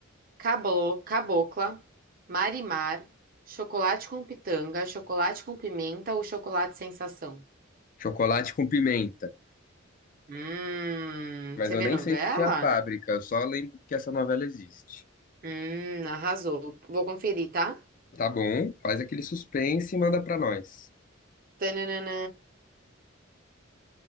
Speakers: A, on the right; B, on the left.
A: Cablo, Cabocla, Marimar, Chocolate com Pitanga, Chocolate com Pimenta ou Chocolate Sensação?
B: Chocolate com pimenta.
A: Hum,
B: Mas
A: você
B: eu
A: vê
B: nem
A: novela?
B: sei se tinha fábrica, eu só lembro que essa novela existe.
A: Hum, arrasou. Vou conferir, tá?
B: Tá bom, faz aquele suspense e manda pra nós.
A: Tananã.